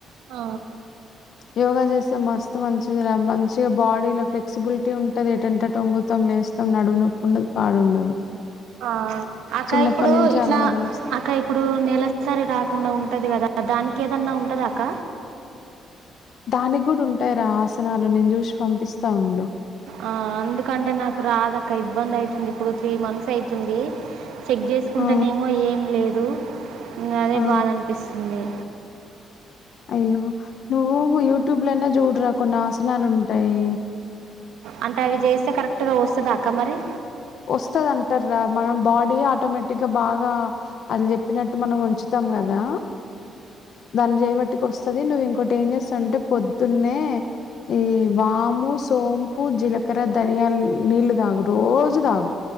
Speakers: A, on the right; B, on the left.
A: ఆ
B: యోగా చేస్తే మస్త మంచిదిరా మంచిగా బాడీలో ఫ్లెక్సిబులిటీ ఉంటుంది. ఏటంటే అటు వంగుతాం లేస్తాం నడుము నొప్పి ఉండ పాడు ఉండదు
A: ఆ అక్క
B: చిన్నప్పటి
A: ఇప్పుడు
B: నుంచి
A: ఇట్లా
B: అలవాటు చేస్తే
A: అక్క ఇప్పుడు నెలసరి రాకుండా ఉంటది కదా దానికి కేదాన్న ఉంటుందాక్క
B: దానికి కూడా ఉంటాయిరా ఆసనాలు నేను చూసి పంపిస్తా ఉండు
A: ఆ ఎందుకంటే నాకు రాదాక్క ఇబ్బంది అవుతుంది ఇప్పుడు త్రీ మంత్స్ అయితుంది చెక్ చేసుకుంటేనేమో
B: ఆ
A: ఏం లేదు అదే
B: ఆ
A: బాధ అనిపిస్తుంది
B: అయ్యో నువ్వు యూట్యూబ్లోన్నా చూడరా కొన్ని ఆసనాలు ఉంటాయి
A: అంటే అవి చేస్తే కరెక్టుగా వస్తుందా? అక్కా మరి
B: వస్తాది అంటర్ రా మన బాడీ ఆటోమేటిక్ గా బాగా అళ్ళు చెప్పినట్టు మనం ఉంచుతాం కదా దాన్ని చేయబట్టి ది నువ్వు ఇంకోటి ఏం చేస్తావంటే పొద్దున్నే ఈ వాము సో పు జీలకర ధనియాల్ నీళ్ళదాగు రోజు దాగు